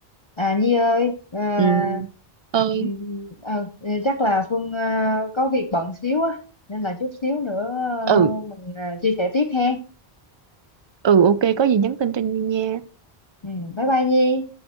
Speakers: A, on the left (about 30°); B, on the right (about 45°).
A: à Nhi ơi à,
B: ừ ơi
A: ừm, ờ, ừ, chắc là Phương ờ, có việc bận xíu á nên là chút xíu nữa ờ,
B: ừ
A: mình ờ, chia sẻ tiếp ha
B: ừ ok có gì nhắn tin cho Nhi nha
A: ừ, bye bye Nhi